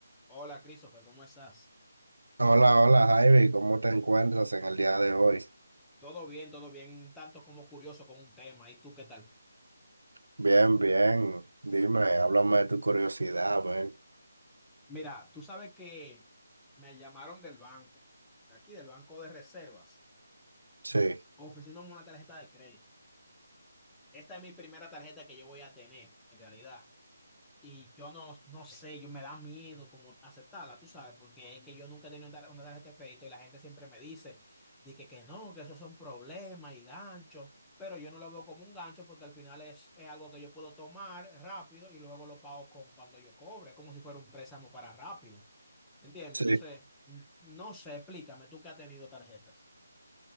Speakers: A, in the centre; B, on the right.
A: Hola, Christopher, ¿cómo estás?
B: Hola, hola Javi, ¿cómo te encuentras en el día de hoy?
A: Todo bien, todo bien, un tanto como curioso con un tema. ¿Y tú qué tal?
B: Bien, bien. Dime, háblame de tu curiosidad, ven.
A: Mira, tú sabes que me llamaron del banco, de aquí del banco de reservas,
B: Sí,
A: ofreciéndome una tarjeta de crédito. Esta es mi primera tarjeta que yo voy a tener, en realidad. Y yo no, no sé, yo me da miedo como aceptarla, tú sabes, porque es que yo nunca he tenido una tar- una tarjeta de crédito y la gente siempre me dice, de que, que no, que eso son problemas y ganchos, pero yo no lo veo como un gancho porque al final es, es algo que yo puedo tomar rápido y luego lo pago con cuando yo cobre, como si fuera un préstamo para rápido. ¿Entiendes?
B: sí.
A: Entonces, n- no sé, explícame, tú que has tenido tarjetas.